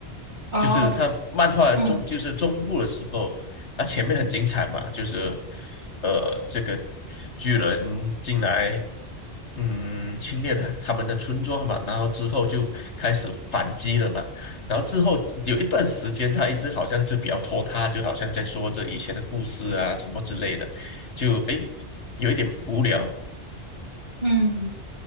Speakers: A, on the right; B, on the left.
A: 哦，
B: 就是他漫画中就是中部的时候，
A: 嗯。
B: 那前面很精彩嘛，就是呃这个巨人进来，嗯侵略了他们的村庄嘛，然后之后就开始反击了嘛，然后之后有一段时间，他一直好像就比较拖沓，就好像在说着以前的故事啊什么之类的，就诶有一点无聊。
A: 嗯